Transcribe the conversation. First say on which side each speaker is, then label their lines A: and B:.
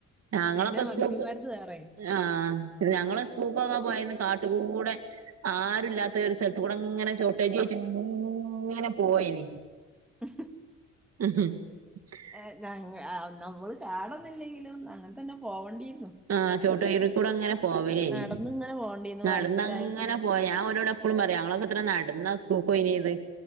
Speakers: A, on the right (about 55°); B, in the centre.
A: ഞങ്ങളൊക്കെ
B: പിന്നെ മനുഷ്യന്മാരത്
A: സ്കൂക്ക്
B: വേറെ
A: ആ ഞങ്ങള് സ്കൂക്കൊക്കെ പോയന്ന് കാട്ടു കൂടെ ആരും ഇല്ലാത്ത ഒരു സ്ഥൽത്തു കൂടെ ഇങ്ങനെ ചൗട്ടഅജും ചോയ്ച്ച് ഇങ്ങനെ പോവെനി
B: അ
A: ഉ <unintelligible>
B: ഹെ നങ്ങൾ അ എന്നാ ഓൾ കാടുന്നില്ലെങ്കിലും അങ്ങതന്നെ പോവേണ്ടിയിരുന്നു
A: ആഹ് ചോട്ട ഇറിക്കൂടെ ങ്ങനെ പോവലേനി
B: നടന്ന് ഇങ്ങനെ പോണ്ടിരുന്നു
A: നടന്നങ്ങനെ
B: വരമ്പിലായിട്ടും
A: പോയാ ഞാൻ ഒരടെ ഇപ്പളും പറിം ഞങ്ങളൊക്കെ എത്ര നടന്നാ സ്ക്കൂൾക്ക് പോയിനെത്